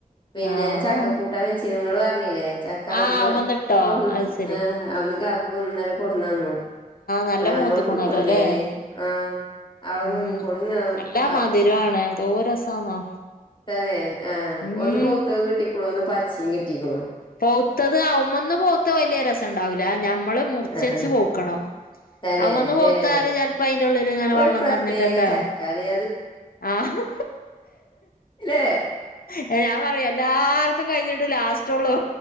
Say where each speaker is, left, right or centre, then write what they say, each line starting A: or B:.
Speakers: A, on the left; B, on the left.
A: പിന്നെ
B: ആഹ്
A: ഞാ ചക്കക്കൂട്ടാൻ വെച്ചി നിങ്ങ ല്ലേ ചക്ക അവിടുന്ന്
B: ആഹ് വന്നിട്ടോ
A: കൊടന്ന്
B: അത് ശരി
A: ആഹ് അവന്ന് കക്കും ഇന്നലെ കൊടന്നന്നു.
B: നല്ല
A: ആഹ് അങ്ങ
B: മൂത്ത്ക്ക്ണല്ലോ
A: ഒന്നും കൊടുന്നേരി
B: ല്ലേ
A: ആഹ് അവിടുന്ന്
B: ഉം
A: കുഞ്ഞ് കൊടുന്ന്
B: നല്ലാ
A: ആ,
B: മധുരണ് എന്തോ രസാന്നോ
A: തന്നെ ആഹ്
B: ഉം
A: ഒന്ന് പൗത്തതും കിട്ടിക്കണു ഒന്ന് പച്ചയും കിട്ടിക്കണു
B: പോത്തത് അമ്മന്ന് പോത്ത വല്ല്യ രസണ്ടാവൂല്ല ഞമ്മള് മുറിച്ച്
A: ആഹ് ആഹ്
B: പൗ - ങ്ങണം
A: തന്നെ
B: വന്ന് പൗത്തല്
A: ഏഹ്
B: ചെപ്പോ അയിന്റെ ഉള്ളില് ഇങ്ങനെ
A: ഒരു
B: വെള്ളം
A: പ്രത്യേക
B: നിറഞ്ഞിട്ട് എന്താ
A: ചക്കാലേ
B: ആഹ്
A: ലെ
B: ഏഹ് ഞാൻ പറയും എല്ലാർതും കഴിഞ്ഞിട്ട് ലാസ്റ്റള്ളൂ